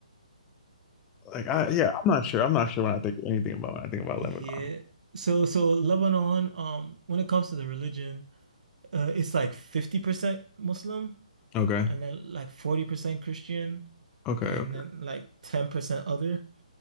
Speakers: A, on the left (about 15°); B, on the right (about 70°).
A: Like I yeah, I'm not sure. I'm not sure when I think anything about when I think about
B: yeah.
A: Lebanon.
B: So so Lebanon, um, when it comes to the religion, uh it's like 50% Muslim
A: Okay.
B: and then like 40% Christian
A: Okay.
B: and
A: Okay.
B: then like 10% other.